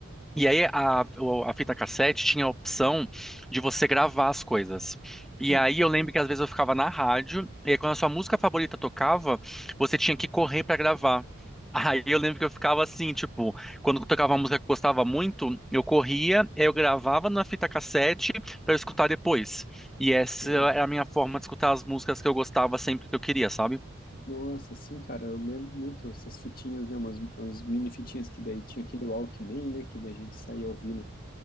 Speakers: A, in the centre; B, on the left (about 45°).
A: E aí a, o- a fita cassete tinha a opção de você gravar as coisas. E
B: sim,
A: aí eu lembro que às vezes eu ficava na rádio, e aí quando a sua música favorita tocava, você tinha que correr pra gravar. <laughs> Aí eu lembro que eu ficava assim, tipo, quando tocava uma música que eu gostava muito, eu corria, aí eu gravava na fita cassete pra eu escutar depois. E essa
B: boa.
A: era a minha forma de escutar as músicas que eu gostava sempre que eu queria, sabe?
B: Nossa, sim, cara, eu lembro muito essas fitinhas, né, umas, umas mini fitinhas que daí tinha aquele Walkman, né, que daí a gente saía ouvindo